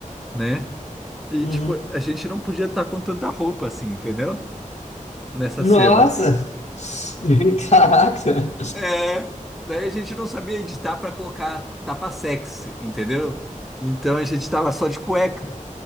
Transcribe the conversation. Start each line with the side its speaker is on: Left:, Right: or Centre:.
Centre: né? E
Left: Uhum.
Centre: tipo, a gente não podia estar com tanta roupa assim, entendeu? Nessa
Left: Nossa!
Centre: cena.
Left: <laughs> Caraca!
Centre: É, daí a gente não sabia editar pra colocar tapa sexy, entendeu? Então a gente tava só de cueca.